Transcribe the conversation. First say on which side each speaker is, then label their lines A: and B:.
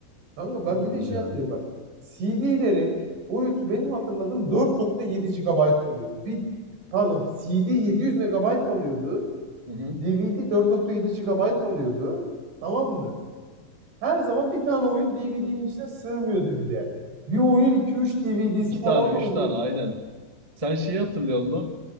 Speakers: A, on the right (about 70°); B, on the right (about 15°).
A: kanka ben
B: Çok
A: bir
B: iyi
A: de şey
B: ya.
A: hatırlıyorum bak CD'lerin boyutu benim hatırladığım 4.7 GB oluyordu. Bir pardon CD 700 MB alıyordu.
B: Hı hı.
A: DVD 4.7 GB alıyordu. Tamam mı? Her zaman bir tane oyun DVD'nin içine sığmıyordu bir de. Bir oyunun 2-3 DVD'si
B: İki
A: falan
B: tane, üç
A: da oluyor.
B: tane, aynen. Sen şeyi hatırlıyor musun?